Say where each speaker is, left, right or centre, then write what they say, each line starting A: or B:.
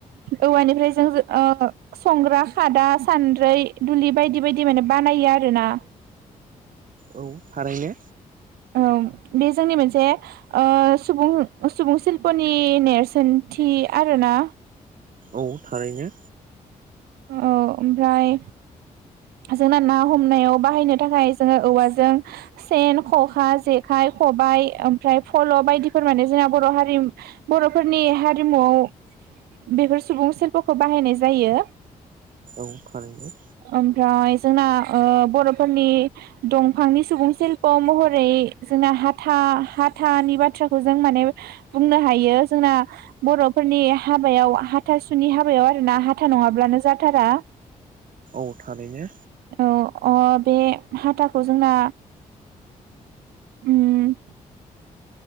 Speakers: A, on the right (about 80°); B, on the right (about 60°).
A: औवानिफ्राय जों ओ- संग्रा खादा सान्द्रै दुलि बायदि बायदि माने बानायो आरोना।
B: औ थारैनो
A: औ बे जोंनि मोनसे ओ- सुबुं सुबुं सिल्पनि नेरसोनथि आरोना।
B: औ थारैनो
A: औ ओमफ्राय जोंना ना हमनायाव बाहायनो थाखाय जोङो औवाजों सेन खखा जेखाइ खबायाइ ओमफ्राय फल' बायदिफोर माने जोंना बर' हारि बर'फोरनि हारिमुआव बेफोर सुबुं सिप्लखौ बाहायनाय जायो।
B: औ थारैनो
A: ओमफ्राय जोंना ओ- बर'फोरनि दंफांनि सुबुं शिल्प' महरै जोंना हाथा हाथानि बाथ्राखौ जों माने बुंनो हायो जोंना बर'फोरनि हाबायाव हाथासुनि हाबायाव आरोना हाथा नङाब्लानो। जाथारा
B: अ थारैनो
A: औ अ बे हाथाखौ जोंना ओम